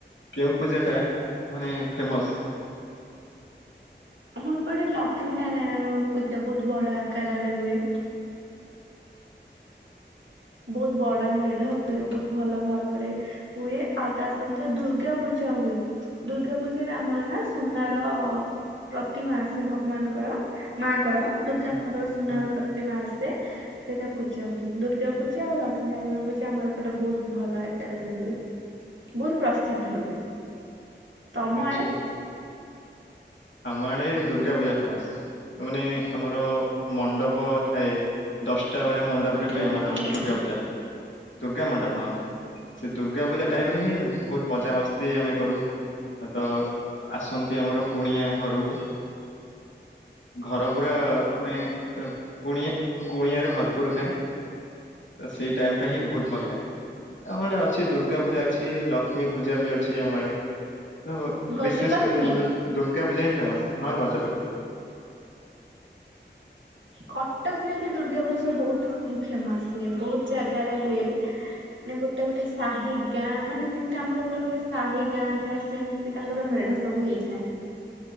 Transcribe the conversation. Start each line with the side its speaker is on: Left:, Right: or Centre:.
Left: କେଉଁ ପୂଜା ଟା ମାନେ ଫେମସ
Right: ଆମ ଏପଟେ ଲକ୍ଷ୍ମୀ ନାରାୟଣ ପୂ ଏଟା ବହୁତ ବଡ ଆକାରରେ ହୁଏ ବହୁତ ବଡ ମେଢ ହୁଏ ବହୁତ ଭଲ ଭାବରେ ହୁଏ ଆଉ ତା ସହିତ ଦୁର୍ଗା ପୂଜା ହୁଏ ଦୁର୍ଗା ପୂଜାରେ ଆମର ନା ସୁନାର ପ୍ରତିମା ଆସେ ଭଗବାନଙ୍କର ମାଙ୍କର ଦୁର୍ଗା
Left: ହୁଁ
Right: ମାଙ୍କର ସୁନାର
Left: ହୁଁ
Right: ପ୍ରତିମା ଆସେ ସେଇଟା ପୂଜା ହୁଏ ଦୁର୍ଗା ପୂଜା ଆଉ ଲକ୍ଷ୍ମୀ ନାରାୟଣ ପୂଜା ଆମ ଏପଟେ ବହୁତ ଭଲ ଆକାରରେ ହୁଏ ବହୁତ ପ୍ରସିଦ୍ଧ ବି ତମ
Left: ଆଚ୍ଛା
Right: ଆଡେ?
Left: ଆମ ଆଡେ ଦୁର୍ଗା ପୂଜା ଫେମସ ମାନେ ଆମର ମଣ୍ଡପ ପ ଥାଏ ଦଶଟା ବେଳେ ମଣ୍ଡପରେ ହୁଏ
Right: ଦୁର୍ଗା
Left: ଆମର
Right: ମଣ୍ଡପ
Left: ଦୁର୍ଗା ପୂଜା। ଦୁର୍ଗା ମଣ୍ଡପ ହଁ ସେ ଦୁର୍ଗା ପୂଜା ଟାଇମ ରେ ହିଁ ବହୁତ ମଜାମସ୍ତି ଆମେ କରୁ ତ ଆସନ୍ତି ଆମର କୁଣିଆ ଘରକୁ ଘର ପୁରା ମାନେ କୁଣିଆ କୁଣିଆରେ ଭରପୁର ଥାଏ। ତ ସେଇ ଟାଇମ୍ ଟା ହିଁ ବହୁତ ଭଲ ଲାଗେ ଆମ ଆଡେ ଅଛି ଦୁର୍ଗା ପୂଜା ଅଛି ଲ ଲକ୍ଷ୍ମୀ ପୂଜା ବି ଅଛି ଆମ ଆଡେ ତୋ
Right: ଗଜଲକ୍ଷ୍ମୀ
Left: ବିସେସ କରି ଆମର ଦୁର୍ଗା ପୂଜା ହିଁ ଫେମସ୍ ହଁ ଗଜଲକ୍ଷ୍ମୀ
Right: କଟକରେ ବି ଦୁର୍ଗା ପୂଜା ବୋହୁତ ଫେମସ୍ ହୁଏ ବୋହୂତ୍ ଜାଗାରେ ହୁଏ ମାନେ ଗୋଟେ ଗୋଟେ ସାହି ଗାଁ ମାନେ ଯେମିତି ଆମର ଗୋଟେ ଗୋଟେ ସାହି ଗାଁ ଥାଏ ସେମିତି ତାଙ୍କର ମେଢ ସବୁ ହେଇଥାଏ।